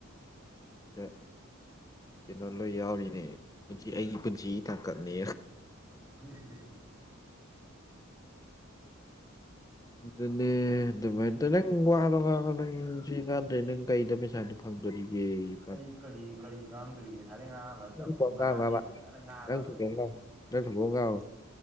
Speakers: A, on the left; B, in the centre.
A: ꯆꯗꯥꯛ ꯀꯩꯅꯣ ꯂꯣꯏ ꯌꯥꯎꯔꯤꯅꯦ ꯄꯨꯟꯁꯤ ꯑꯩꯒꯤ ꯄꯨꯟꯁꯤ ꯇꯥꯡꯀꯛꯅꯦ
B: ꯎ
A: ꯑꯗꯨꯅꯦ ꯑꯗꯨꯃꯥꯏꯅ ꯅꯪ ꯋꯥꯔ ꯋꯥꯔ ꯅꯪ ꯁꯤ ꯉꯥꯟꯗ꯭ꯔꯦ ꯅꯪ ꯀꯒꯥꯗ ꯄꯩꯁꯥꯗꯨꯣ ꯐꯪꯗꯣꯔꯤ ꯌꯦ ꯐ
B: ꯑꯩ ꯀꯔꯤ ꯀꯔꯤ ꯉꯥꯡꯗ꯭ꯔꯤꯦ ꯁꯥꯗꯩ ꯉꯥꯡꯉ ꯄꯨꯡ
A: ꯊꯣꯛꯄ
B: ꯉꯥꯑꯝꯃꯦꯅꯗ
A: ꯑꯃ
B: ꯉꯥꯡꯉꯕꯅꯦ
A: ꯉꯥꯡꯉꯣꯕ ꯅꯪ ꯊꯣꯛꯄ ꯑꯃ ꯉꯥꯡꯉꯣ